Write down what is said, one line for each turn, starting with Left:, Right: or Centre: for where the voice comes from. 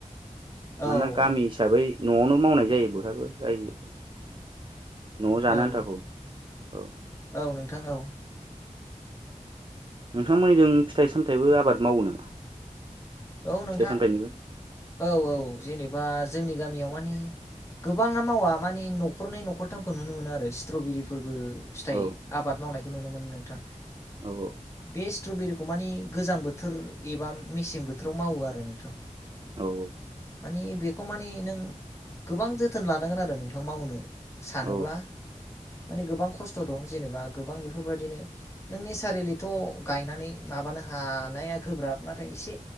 Right: मानोना
Left: औ
Right: गामि
Left: औ
Right: हिसाबै न'आवनो मावनाय जायो बहाबो रायजोफोर न'आव जानो
Left: औ
Right: आन्थागौ औ
Left: औ नोंथां औ
Right: नोंथांमोननिजों फिथाइ सामथायाइबो आबाद मावो नामा
Left: औ नोंथां
Right: फिथाइ सामथाइनिबो
Left: औ औ जेनेबा जोंनि गामियाव मानि गोबाङा मावा मानि न'खरनै न'खरथामखौ नुनो मोनो आरो स्ट्रबेरि फोरबो फिथाइ
Right: औ
Left: आबाद मावनायखौ नुनो मोनो नोंथां
Right: औ
Left: बे स्ट्रबेरि खौ मानि गोजां बोथोर एबा मेसें बोथोराव मावो आरो नोंथां
Right: औ औ
Left: मानि बेखौ मानि नों गोबां जोथोन लानांगोन आरो नोंथां मावनो सानोब्ला
Right: औ
Left: माने गोबां खस्थ' दं जेनेबा गोबां बेफोरबायदिनो नों नेसारेलिथ' गायनानै माब हानाया गोब्राब नाथाय एसे